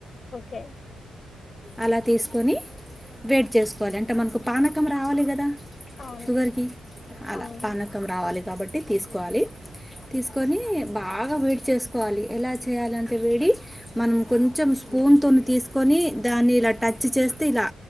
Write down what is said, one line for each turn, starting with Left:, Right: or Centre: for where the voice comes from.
Left: ఓకే
Centre: అలా తీసుకు కొని వేడి చేసుకోవాలి అన్ అంటే మనకు పానకం రావాలి కదా
Left: అవును
Centre: షుగర్కి అలా
Left: అవును
Centre: పానకం రావాలి కాబట్టి తీసుకోవాలి తీసుకొని బాగా వేడి చేసుకోవాలి ఎలా చేయాలి అంటే వేడి మనం కొంచెం షు స్పూన్ తోని తీసుకొని దాన్ని ఇలా టచ్ చేస్తే ఇలా